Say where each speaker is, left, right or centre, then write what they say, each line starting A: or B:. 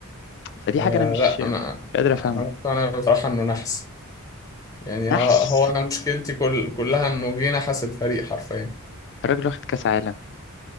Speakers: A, on the left (about 55°); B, on the left (about 15°).
A: فدي
B: آه
A: حاجه انا مش
B: لا
A: مش
B: أنا
A: قادر
B: أنا
A: افهمها
B: مقتنع بصراحة إنه نحس يعني
A: نحس
B: هو أنا مشكلتي كل كلها إنه جه نحس الفريق حرفيا
A: الراجل واخد كاس عالم